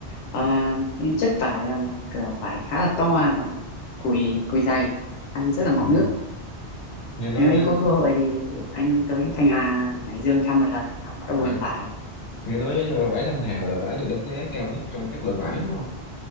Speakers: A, on the left; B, on the left.
A: à, cái chất vải là một kiểu vải khá là to và cùi cùi dày ăn rất là mọng
B: ừ.
A: nước
B: nghe nói
A: nếu
B: vải
A: anh có cơ hội thì anh tới Thanh Hà ở Hải Dương thăm một lần thăm các
B: ờ,
A: vườn vải
B: nghe nói ờ, vải Thanh Hà là vải được đánh giá cao nhất trong các loại vải đúng không